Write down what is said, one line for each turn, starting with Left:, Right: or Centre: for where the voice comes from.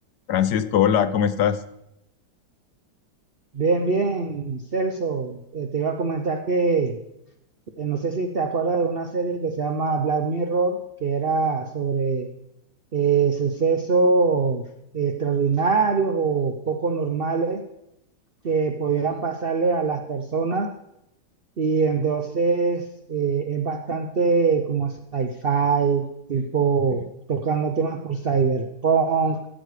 Left: Francisco, hola, ¿cómo estás?
Right: Bien, bien, Celso, eh, te iba a comentar que eh, no sé si te acuerdas de una serie que se llama Black Mirror, que era sobre eh, sucesos extraordinarios o poco normales que podían pasarle a las personas y entonces eh, es bastante como sci-fi, tipo
Left: <laughs>
Right: tocando temas por cyberpunk